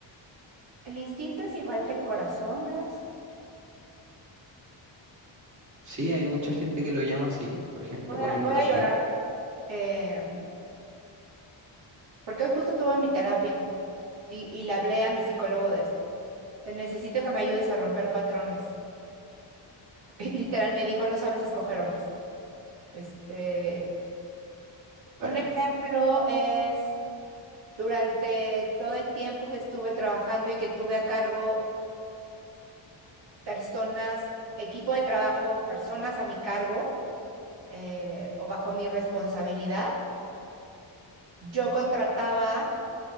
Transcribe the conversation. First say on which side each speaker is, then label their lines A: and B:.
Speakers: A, on the right; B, on the right.
A: El instinto es igual que el corazón, Blas.
B: Sí, hay mucha gente que lo llama así, por ejemplo,
A: Voy
B: con
A: a,
B: el corazón.
A: voy a llorar, eh, porque hoy justo tuve mi terapia y, y le hablé a mi psicólogo de esto. Te necesito que me ayudes a romper patrones. <laughs> Literal me dijo, no sabes escoger hombres. Este,
B: La-
A: Un ejemplo es durante todo el tiempo que estuve trabajando y que tuve a cargo personas, equipo de trabajo, personas a mi cargo eh, o bajo mi responsabilidad, yo contrataba